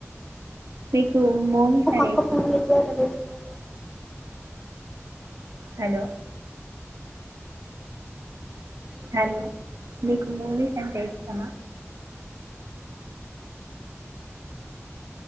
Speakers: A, on the right; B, in the centre.
A: మీకు మూవీస్
B: ఒకక్క
A: అంటే ఇష్టమా
B: ఫోన్ చెత్తే అతడేసినాడు.
A: హలో హలో మీకు మూవీస్ అంటే ఇష్టమా?